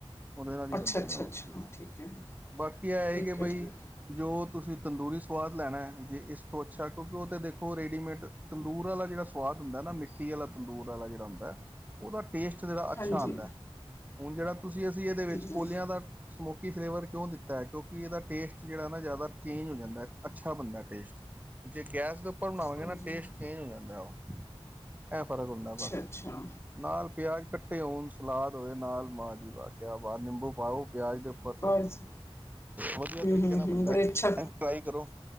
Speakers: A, on the right; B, on the left.
A: ਓਦੇ ਨਾਲ ਹੀ
B: ਅੱਛਾ-ਅੱਛਾ-ਅੱਛਾ
A: ਬਨਦੇ ਨੇ ਹੋਰ ਕੀ,
B: ਠੀਕ ਐ,
A: ਬਾਕੀ ਏਹ
B: ਠੀਕ
A: ਏ ਕਿ
B: ਐ,
A: ਬਈ
B: ਠੀਕ ਐ।
A: ਜੋ ਤੁਸੀ ਤੰਦੂਰੀ ਸਵਾਦ ਲੈਨਾ ਜੇ ਇਸ ਤੋਂ ਅੱਛਾ, ਕਿਉਂਕਿ ੳ ਤੇ ਦੇਖੋ ਓਹ ਰੇਡੀਮੇਡ ਤੰਦੂਰ ਆਲਾ ਜੇੜਾ ਸਵਾਦ ਹੁੰਦਾ ਨਾ, ਮਿੱਟੀ ਆਲਾ ਤੰਦੂਰ ਆਲਾ ਜੇੜਾ ਹੁੰਦਾ ੳਦਾ ਟੇਸਟ ਜੇੜਾ ਅੱਛਾ
B: ਹਾਂਜੀ,
A: ਆਂਦਾ, ਹੁਨ ਜੇੜਾ ਤੁਸੀ ਅਸੀ ਏਦੇ
B: ਹਾਂਜੀ,
A: ਵਿੱਚ ਕੋਲੇਆਂ ਦਾ ਸਮੋਕੀ ਫਲੇਵਰ ਕਉਂ ਦਿੱਤਾ ਏ ਕਿਉਂਕਿ ਏਦਾ ਟੇਸਟ ਜੇੜਾ ਨਾ ਜਾਦਾ ਚੇਂਜ ਹੋ ਜਾਂਦਾ, ਅੱਛਾ ਬਨਦਾ ਟੇਸਟ ਜੇ ਗੈਸ ਦੇ ਉਪਰ ਬਨਾਵਾਂਗੇ
B: ਹਾਂਜੀ
A: ਨਾ ਟੇਸਟ ਚੇਂਜ ਹੋ ਜਾਂਦਾ ੳ। ਏ ਫਰਕ ਹੁੰਦਾ
B: ਅੱਛਾ-ਅੱਛਾ
A: ਬਸ ਨਾਲ ਪਿਆਜ ਕੱਟੇ ਹੋਨ, ਸਲਾਦ ਹੋਏ ਨਾਲ ਵਾਹ ਜੀ ਵਾਹ, ਕਯਾ ਬਾਾਤ, ਨਿੰਬੂ ਪਾਓ ਪਿਆਜ ਦੇ ਉਪਰ,
B: ਬਸ
A: ਵਧੀਆ
B: ਹੂੰ-ਹੂੰ-ਹੂੰ
A: ਤਰੀਕੇ ਨਾਲ ਬਨਦਾ
B: ਬੜੇ
A: ਏ,
B: ਅੱਛਾ
A: ਫਰਾਈ ਕਰੋ